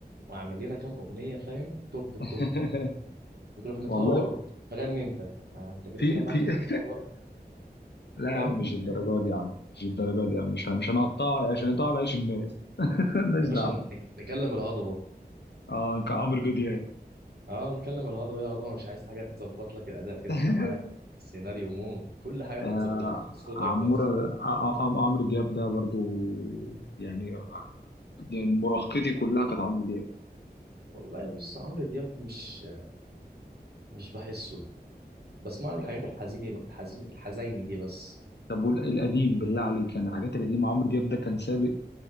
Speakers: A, on the right; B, on the left.
A: واعمل لنا كام اغنيه فاهم توب التوب
B: <laughs>
A: وتروح متهور
B: والله
A: بقى مغني انت ما انت كده
B: في
A: كده معاك
B: في
A: الخبرة
B: <laughs>
A: بقى
B: لا
A: فاهم
B: يا عم مش الدرجه
A: <laughs>
B: دي يا عم مش الدرجه دي يا عم مش مش هنقطع عشان يقطع على عيش الناس <laughs> مالناش
A: يا باشا
B: دعوه
A: نك- نكلم الهضبه
B: اه كعمرو دياب
A: اه نكلم الهضبه يا هضبه مش عايز حاجه تظبط لك الاداء كده
B: <laughs>
A: احنا معانا كام سيناريو موت كل حاجه
B: آه،
A: متظبطه صوتك
B: عمورة
A: بس
B: ع- ع- عمرو دياب ده برضو يعني يعني مراهقتي كلها كانت عمرو دياب
A: والله بص عمرو دياب مش مش بحسه بسمع له الحاجات الحزيني الحزين الحزيني دي بس
B: طب والقديم بالله عليك يعني الحاجات القديمة عمرو دياب ده كان سابق